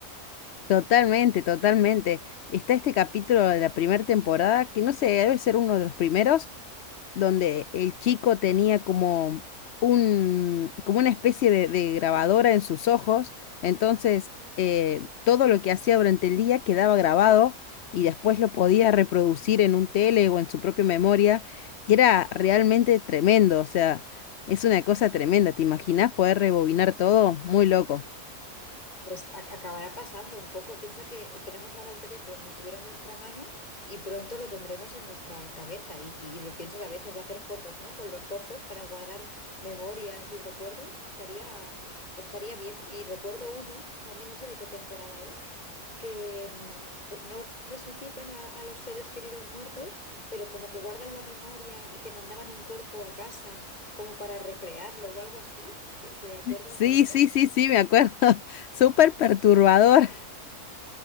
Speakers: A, on the left; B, on the left.
A: Totalmente, totalmente. Está este capítulo de la primera temporada, que no sé, debe ser uno de los primeros, donde el chico tenía como un, como una especie de, de grabadora en sus ojos. Entonces, eh, todo lo que hacía durante el día quedaba grabado y después lo podía reproducir en un tele o en su propia memoria. Y era realmente tremendo. O sea, es una cosa tremenda. ¿Te imaginas poder rebobinar todo? Muy loco.
B: Pues a- acabará pasando un poco. Piensa que tenemos ahora el teléfono como si estuviera en nuestra mano y pronto lo tendremos en nuestra cabeza. Y, y lo piensas a veces de hacer fotos, ¿no? Con los ojos para guardar memorias y recuerdos. Estaría, estaría bien. Y recuerdo uno, también no sé de qué temporada es, que mm, co- no resucitan a, a los seres queridos muertos, pero como que guardan la memoria y te mandaban un cuerpo a casa como para recrearlo o algo así. te te acuerdas
A: Sí,
B: de ese?
A: sí, sí, sí, me acuerdo. <laughs> Súper perturbador.